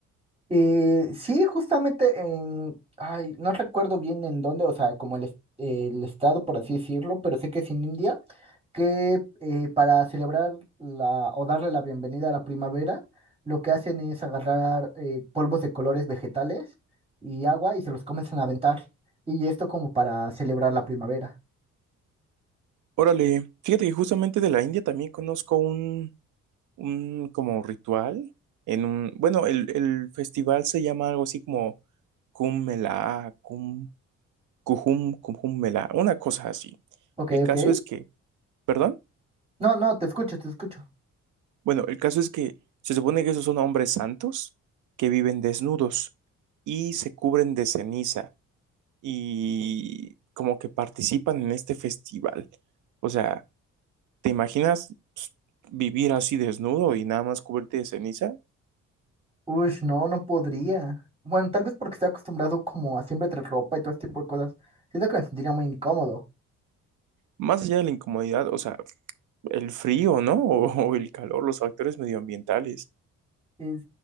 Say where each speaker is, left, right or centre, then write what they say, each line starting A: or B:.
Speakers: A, on the right; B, on the right.
A: Eh, sí, justamente en, ay, no recuerdo bien en dónde, o sea, como el, es- el estado, por así decirlo, pero sé que es en India, que eh, para celebrar la, o darle la bienvenida a la primavera, lo que hacen es agarrar eh, polvos de colores vegetales y agua y se los comienzan a aventar. Y esto como para celebrar la primavera.
B: Órale, fíjate que justamente de la India también conozco un, un como ritual en un, bueno, el, el festival se llama algo así como Kumbh Mela, Kumbh, Kuhum, Kumbh Mela, una cosa así.
A: Ok,
B: El caso
A: ok.
B: es que, ¿perdón?
A: No, no, te escucho, te escucho.
B: Bueno, el caso es que se supone que esos son hombres santos que viven desnudos y se cubren de ceniza y como que participan en este festival. O sea, ¿Te imaginas pues, vivir así desnudo y nada más cubrirte de ceniza?
A: Uy, no, no podría. Bueno, tal vez porque estoy acostumbrado como a siempre traer ropa y todo este tipo de cosas. Siento que me sentiría muy incómodo.
B: Más allá de la incomodidad, o sea, el frío, ¿no? <laughs> O, o el calor, los factores medioambientales.
A: Y